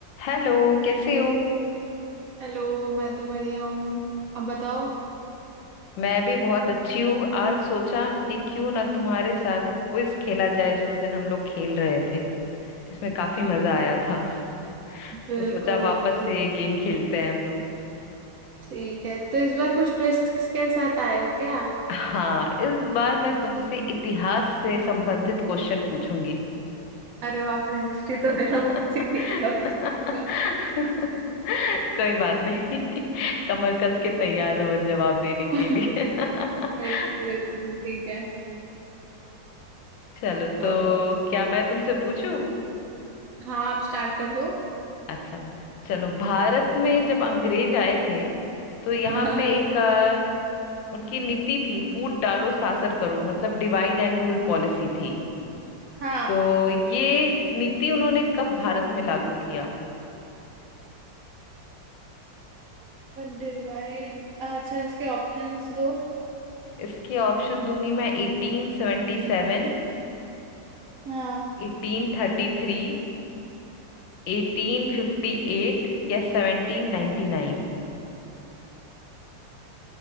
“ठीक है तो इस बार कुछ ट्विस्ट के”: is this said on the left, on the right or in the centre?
Right